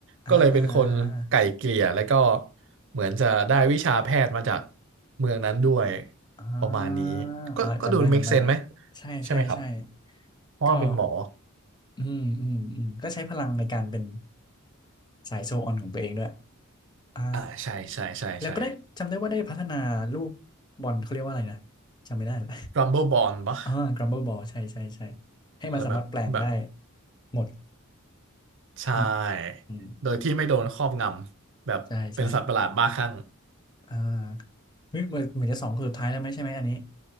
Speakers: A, on the left; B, on the right.
A: อ่าอ่าอ่า
B: ก็เลยเป็นคนไก่เกลี่ยแล้วก็เหมือนจะได้วิชาแพทย์มาจากเมืองนั้นด้วย
A: อ่
B: ประมาณนี้
A: า
B: ก็ก็ดู
A: อ่าจำได้จำได้ละ
B: make sense ไหม
A: ใช่ใช่ใช่
B: ใช่ไหมครับเพราะว่าเป็นหมอ
A: ก็อืมอืมอืมก็ใช้พลังในการเป็นสายโชว์ออนของตัวเองด้วย อ่า
B: อ่าใช่ใช่ใช่ใช่
A: แล้วก็ได้จำได้ว่าได้พัฒนาลูกบอลเขาเรียกว่าอะไรนะ จำไม่ได้ละ
B: Rumble
A: <laughs>
B: Bond ปะ
A: อ่า Grumble Ball ใช่ใช่ใช่ให้มันสามารถแปลงได้
B: แล้วแบบแบบ
A: หมด
B: ใช่โดยที่ไม่โดนครอบงำแบบเป็นสัตว์ประหลาดบ้าคลั่ง
A: อืมอืมใช่ใช่อ่าเฮ้ยเหมือนเหมือนจะสองคนสุดท้ายแล้วไหมใช่ไหมอันนี้